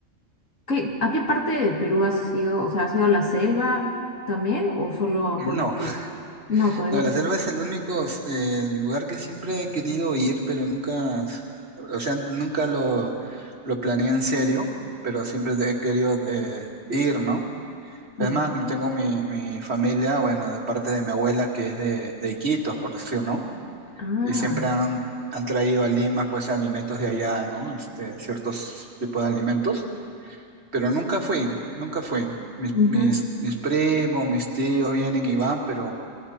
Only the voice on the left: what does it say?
¿qué- a qué parte de Perú has ido? O sea, ¿has ido a la selva también o solo
por la selva?
No, todavía
no.
Ya.
Ah,
ujú.